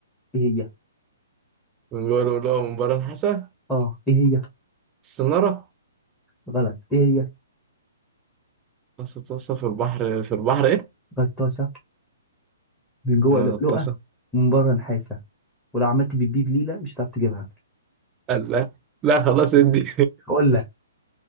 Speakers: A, in the centre; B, on the right.
A: ايه هي؟
B: بيقولوا له مباراة الحسا
A: اه ايه هي؟
B: السنارة
A: غلط ايه هي؟
B: غطاسة غطاسة في البحر في البحر إيه؟
A: غطاسة من جوه
B: غطاسة
A: لؤلؤة ومن بره نحاسة ولو عملت بيبيب ليلة مش هتعرف تجيبها
B: قال لا لا خلاص ادي
A: اقول لك